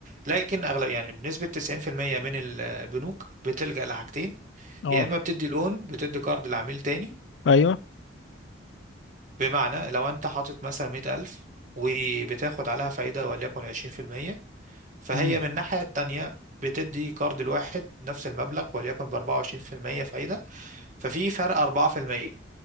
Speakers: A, on the right (about 40°); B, on the left (about 70°).
A: لكن اغلب يعني بنسبة 90% من البنوك بتلجأ لحاجتين
B: اه
A: يا اما بتدي لون بتدي قرض لعميل تاني
B: ايوه
A: بمعنى لو انت حاطط مثلا 100000 وبتاخد عليها فايدة وليكن 20% فهي
B: مم.
A: من الناحية التانية بتدي كارد الواحد نفس المبلغ وليكن ب 24% فايدة ففي فرق 4%